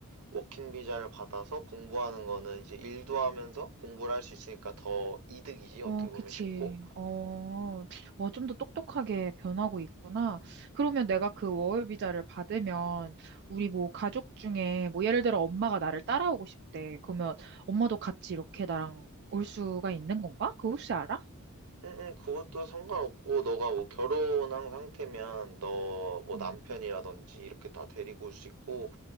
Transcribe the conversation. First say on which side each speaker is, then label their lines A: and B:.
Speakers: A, on the right (about 80°); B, on the right (about 50°).
A: 워킹 비자를 받아서 공부하는 거는 이제 일도 하면서 공부를 할 수 있으니까 더 이득이지. 어떻게
B: 어,
A: 보면
B: 그치.
A: 쉽고.
B: 어, 어, 좀 더 똑똑하게 변하고 있구나. 그러면 내가 그 워홀 비자를 받으면 우리 뭐 가족 중에 뭐 예를 들어 엄마가 나를 따라오고 싶대. 그러면 엄마도 같이 이렇게 나랑 올 수가 있는 건가? 그거 혹시 알아?
A: 응응 그것도 상관없고 너가 뭐 결혼한 상태면 너 뭐
B: 음,
A: 남편이라든지 이렇게 다 데리고 올 수 있고